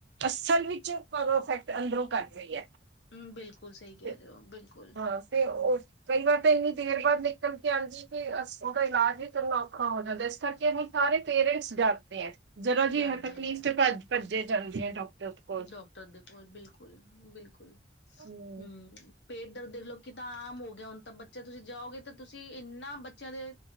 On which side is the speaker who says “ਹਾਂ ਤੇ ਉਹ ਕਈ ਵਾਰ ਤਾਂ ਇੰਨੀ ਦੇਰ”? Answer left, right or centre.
Right